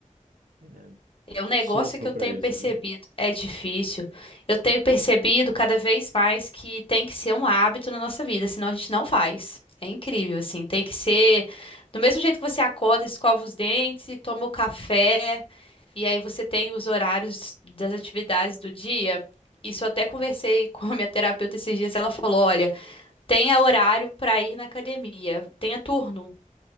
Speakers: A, on the right; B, on the left.
A: É,
B: O negócio
A: sofro
B: que eu
A: para
B: tenho percebido
A: isso, viu?
B: é difícil. Eu tenho percebido cada vez mais que tem que ser um hábito na nossa vida, senão a gente não faz. É incrível, assim. Tem que ser do mesmo jeito que você acorda, escova os dentes, e toma o café, e aí você tem os horários das atividades do dia. Isso eu até conversei <laughs> com a minha terapeuta esses dias. Ela falou: olha, tenha horário para ir na academia, tenha turno,